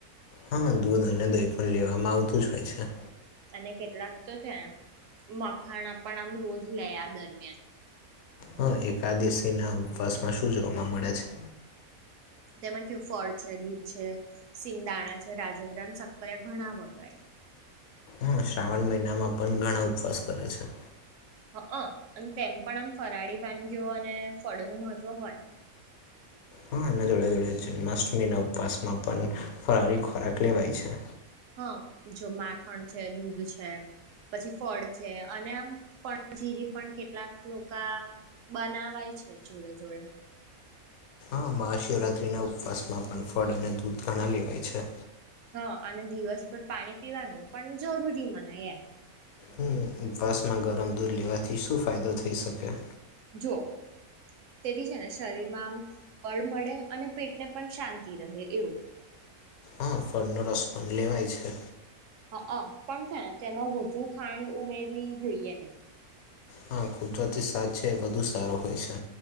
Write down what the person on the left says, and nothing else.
હન, દૂધ અને દહી પણ લેવામાં આવતું જ હોય છે.
હન, એકાદશીના ઉપવાસમાં શું જોવામા મળે છે.
હન, શ્રાવણ મહિનામાં પણ ઘણા ઉપવાસ કરે છે.
હન, એના જોડે-જોડે જન્માષ્ટમીના ઉપવાસમાં પણ ફરારી ખોરાક લેવાય છે.
હન, મહાશિવરાત્રીના ઉપવાસમાં પણ ફળ અને દૂધ ઘણાં લેવાય છે.
હમ, ઉપવાસમાં ગરમ દૂધ લેવાથી શું ફાયદો થઈ શકે?
હન, ફળનો રસ પણ લેવાય છે.
હન, કુદરતી સાદ છે એ વધુ સારો હોય છે.